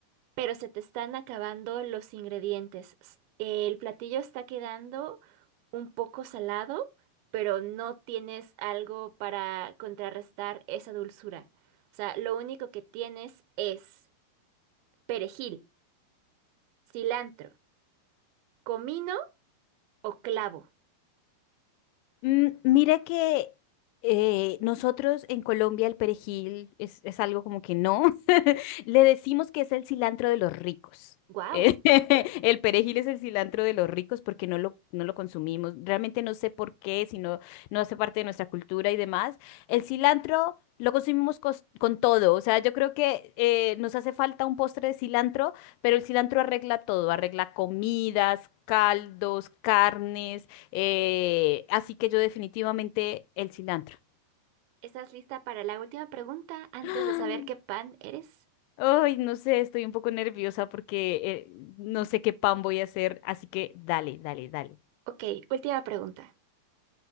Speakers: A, on the right; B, on the left.
A: pero se te están acabando los ingredientes. S- El platillo está quedando un poco salado, pero no tienes algo para contrarrestar esa dulzura. O sea, lo único que tienes es perejil, cilantro, comino o clavo.
B: Mm, Mira que eh, nosotros en Colombia el perejil es, es algo como que no. <laughs> Le decimos que es el cilantro de los ricos.
A: ¡Guau!
B: Eh, <laughs> El perejil es el cilantro de los ricos porque no lo, no lo consumimos. Realmente no sé por qué, si no, no hace parte de nuestra cultura y demás. El cilantro lo consumimos cos- con todo. O sea, yo creo que eh, nos hace falta un postre de cilantro, pero el cilantro arregla todo, arregla comidas, caldos, carnes. Eh, así que yo definitivamente el cilantro.
A: ¿Estás lista para la última pregunta antes
B: <gasps> ¡Ah!
A: de saber qué pan eres?
B: Ay, no sé, estoy un poco nerviosa porque eh, no sé qué pan voy a hacer, así que dale, dale, dale.
A: Ok, última pregunta.